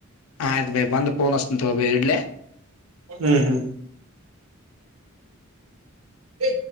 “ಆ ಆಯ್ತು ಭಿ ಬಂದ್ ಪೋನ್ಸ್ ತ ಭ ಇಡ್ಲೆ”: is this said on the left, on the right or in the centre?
Left